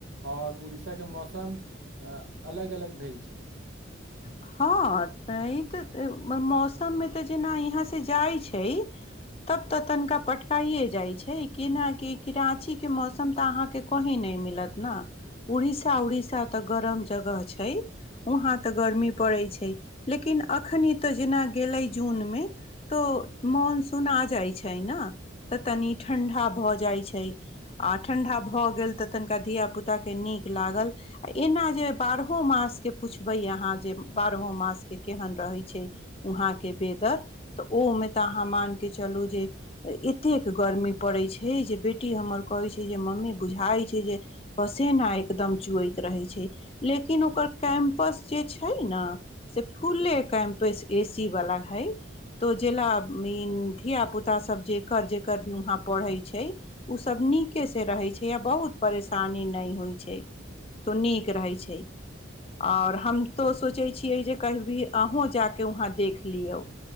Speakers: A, on the right; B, on the left.
A: आओर उड़ीसाके मौसम अलग अलग भेल छै
B: हँ तऽ ई तऽ मौसममे तऽ जेना यहाँ से जाइ छै तब तऽ तनिका पटकाइे जाइ छै किनााक कि राँची के मौसम तऽ अहा के कही नहि मिलत ने उड़ीसा उड़ीसा तऽ गरम जगह छै वहाँ तऽ गर्मी पड़ै छै लेकिन एखन तऽ जेना गेलै जूनमे तो मनसून आ जाइ छै ने तऽ तनी ठंडा भऽ जाइ छै आ ठंढा भऽ गेल तऽ तनिका धिय पुताके नीक लागल आ एना जे बारहो मासके पुछबै अहाँ जे बरहो मास के केहन रहय छै वहाँ के वेदर त उ मे त अहाँ मानिके चलू जे एतेक गर्मी पड़ैत छै जे बेटी हमर कहैत छै जे मम्मी बुझाइत छै जे पसीना न एकदम चुएैत रहे छै लेकिन ओकर कैम्पस जे छै छै ना से फूले कैंपस एसी वाला हई तो जेला ई धियापुताासभ जेकर जेकर भी वहाँ पढ़ै छै उ सभ नीकेसँ रहैत छै आ बहुत परेशानी नहि होइत छै तो नीक रहै छै आओर हम तो सोचै छियै जे कहबी अहूँ जाके वहाँ देख लियौ